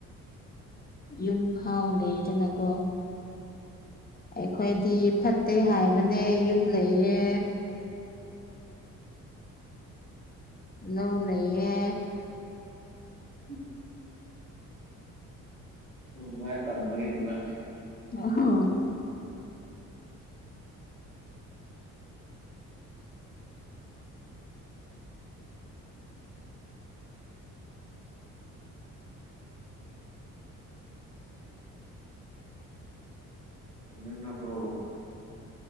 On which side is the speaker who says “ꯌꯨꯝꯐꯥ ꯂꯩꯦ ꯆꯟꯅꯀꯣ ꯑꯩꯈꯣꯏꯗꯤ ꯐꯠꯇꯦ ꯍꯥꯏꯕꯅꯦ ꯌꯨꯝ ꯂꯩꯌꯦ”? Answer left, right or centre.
Left